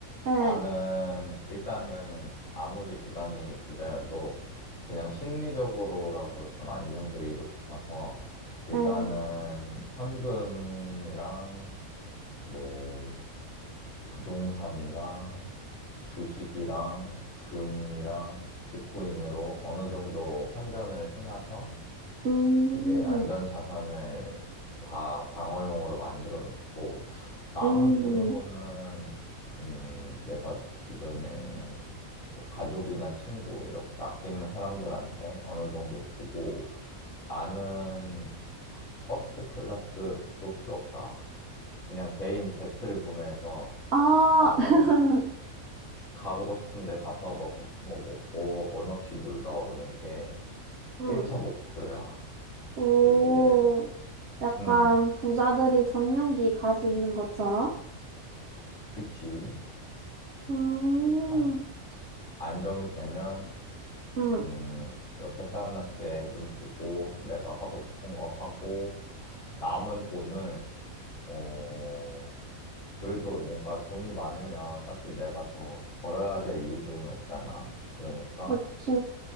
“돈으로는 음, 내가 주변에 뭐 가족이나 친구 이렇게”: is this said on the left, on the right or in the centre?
Left